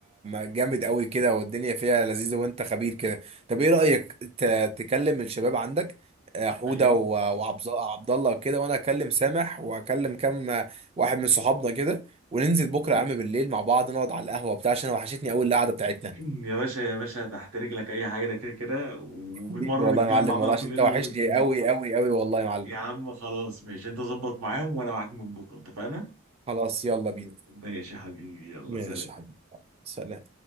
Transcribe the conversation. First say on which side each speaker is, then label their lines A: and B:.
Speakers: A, on the right; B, on the right.
A: جامد قوي كده والدنيا فيها لذيذة وانت خبير كده طب ايه رأيك ت- تكلم الشباب عندك آه، حودة
B: ايوه
A: وعبد عبد الله وكده وانا اكلم سامح واكلم كام آه، واحد من صحابنا كده وننزل بكرة
B: <clears throat> أيوة.
A: يا عم بالليل مع بعض نقعد على القهوة بتاع عشان أنا وحشتني قوي القعدة بتاعتنا
B: يا باشا يا باشا تحت رجلك اي حاجه ده كده كده وبالمره
A: حبيبي والله
B: نتجمع
A: يا معلم
B: بقى
A: والله عشان
B: كلنا
A: انت وحشني
B: ون...
A: قوي قوي قوي والله يا معلم
B: يا عم خلاص ماشي انت ظبط معاهم وانا معاك من بكره اتفقنا
A: خلاص يلا بينا
B: ماشي يا حبيبي يلا
A: ماشي
B: سلام
A: يا حبيبي سلام